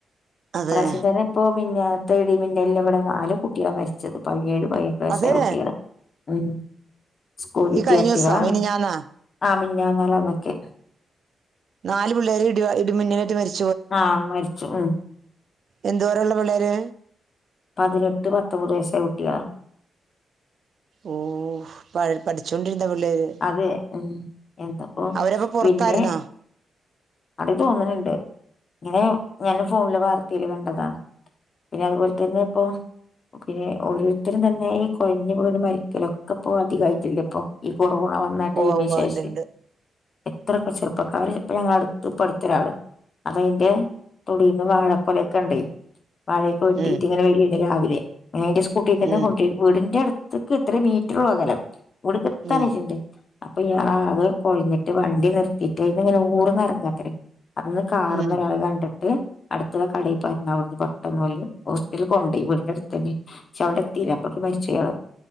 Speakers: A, on the right; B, on the left.
A: അതെ
B: ഇപ്രാശ്യം തന്നെ ഇപ്പോ മിൻഞ്ഞാന്നത്തെ ഇടിം മിന്നലിനും ഇവിടെ നാല് കുട്ടികളി മരിച്ചത് പതിനേഴ് പതിനെട്ട് വയസ്സായ
A: അതെ
B: കുട്ടികള് ഉം സ്കൂൾ വിദ്യാർത്ഥികളാണോ
A: ഈ കഴിഞ്ഞ ദിവസാ മിനിഞ്ഞാന്നാ
B: ആ മിഞ്ഞാന്നാലാന്നൊക്കെ
A: നാല് പിള്ളേര് ഇ ഇടി ഇടി മിന്നലേറ്റ്‌ മരിച്
B: ആഹ് മരിച്ചു ഉം
A: എന്തോരം ഉള്ള പിള്ളേര്
B: ആ പതിനെട്ട് പത്തൊമ്പത് വയസ്സായ കുട്ടികളാ
A: ഓഹ് പഠിച്ചോണ്ടിരുന്ന പിള്ളേര്
B: അതെ ഉം ഇന്നിപ്പൊ
A: അവരപ്പ പുറത്തായിരുന്നോ
B: പിന്നെ അത് തോന്നലിണ്ട് ഇങ്ങനെ ഞാൻ ഫോണില് വാർത്തേല് കണ്ടതാ പിന്നെ അതുപോലെ തന്നെ ഇപ്പൊ പിന്നെ ഓരോരുത്തരും തന്നെ ഈ കൊഴഞ്ഞ് വീണ് മരിക്കല് ഒക്കെ പോ അധികായിട്ടില്ല ഇപ്പൊ കൊറോണ വന്ന ടൈമിന്
A: ഉവ്വ ഉവ്വ
B: ശേഷേ
A: ഉണ്ട് ഉണ്ട്
B: ഇത്രക്കെ ചെറുപ്പക്കാര് ഇപ്പ ഞങ്ങട അടുത്തൊരാള് അപ്പ അയിന്റെ തൊടീന്ന് വാഴക്കൊലൊക്കെ ഇണ്ടേ വാഴേക്കെ വെട്ടീട്ട്
A: ഉം
B: ഇങ്ങനെ വരേനി രാവിലെ ഞാനന്റെ സ്കൂട്ടി തന്നെ
A: ഉം
B: കൊണ്ടീരും വീടിന്റെ അടുത്തക്ക് എത്ര മീറ്റർള്ള അകലം <unintelligible>
A: ഉം
B: അപ്പൊ ഇയാള ആക കൊഴഞ്ഞിട്ട് വണ്ടി നിർത്തിയിട്ട് അയിലിന്ന് ഇങ്ങനെ ഊർന്നെറങ്ങാത്രെ. അതീന്ന് കാറീന്നൊരാള്
A: ഉം
B: കണ്ടിട്ട് അടുത്തുള്ള കടയിപ്പറഞ്ഞു അവിടുന്ന് പെട്ടെന്ന് ഓല് ഹോസ്പിറ്റലി കൊണ്ട് വിടിന്റെ അടുത്തന്നെ. ച്ച അവടെ എത്തീല അപ്പോക്ക് മരിച്ചയാള്